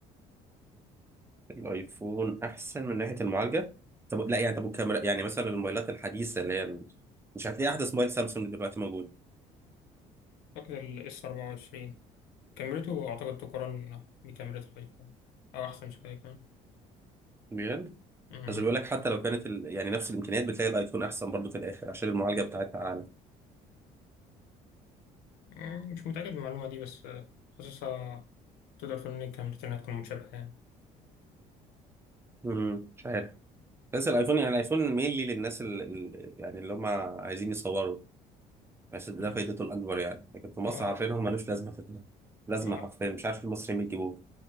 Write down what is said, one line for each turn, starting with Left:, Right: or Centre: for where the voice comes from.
Right: الايفون احسن من ناحيه المعالجه طب لا يعني طب الكاميرا يعني مثلا الموبايلات الحديثه اللي هي ال- مش هتلاقي احدث موبايل سامسونج دلوقتي موجود
Left: أعتقد ال S24 كاميرته أعتقد تقارن بكاميرا الآيفون أو أحسن شوية كمان
Right: بجد
Left: أمم.
Right: بس بيقول لك حتى لو كانت ال... يعني نفس الامكانيات بتلاقي الايفون احسن برضه في الاخر عشان المعالجه بتاعتها اعلى
Left: أمم، مش متأكد من المعلومة دي بس آه، حاسسها تقدر تقول إن الكاميرتين هتكون متشابهة يعني
Right: امم مش عارف بس الايفون يعني الايفون مينلي للناس ال... ال- يعني اللي هم عايزين يصوروا بس ده
Left: أمم.
Right: فايدته الاكبر يعني لكن في مصر
Left: آه،
Right: عارفين هم ملوش لازمه في... لازمه
Left: آه.
Right: حرفيا مش عارف المصريين بيجيبوه